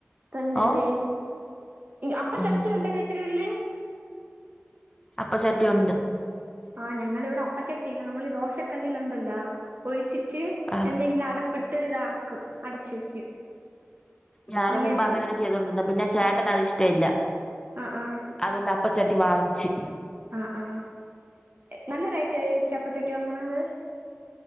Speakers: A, on the right; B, on the left.
A: തന്നല്ലേ
B: ഓ
A: അപ്പ
B: ഉം
A: ചട്ടി ഉണ്ടായിരുന്നോ ചേച്ചിടെ വീട്ടില്
B: അപ്പചട്ടി ഉണ്ട്
A: ആഹ് ഞങ്ങടിവിടെ അപ്പച്ചട്ടിയില്ല നമ്മള് ഈ ദോശക്കല്ലിലുണ്ടല്ലോ ഒഴിച്ചി- ഒഴിച്ച്
B: ആ
A: എന്തെങ്കിലും അടപ്പിട്ട് ഇതാക്കും അടച്ച് വെക്കും
B: ഞാനും
A: അങ്ങനെയാണ്
B: മുമ്പ് അങ്ങനെന്നെ ചെയ്തോണ്ടിരന്ന പിന്നെ ചേട്ടന് അത് ഇഷ്ടല്ല
A: ആ ആ
B: അതുകൊണ്ട് അപ്പ ചട്ടി വാങ്ങിച്ച്
A: ആ ആ നല്ല റേറ്റ് ആയോ ചേച്ചി അപ്പച്ചട്ടി വാങ്ങണത്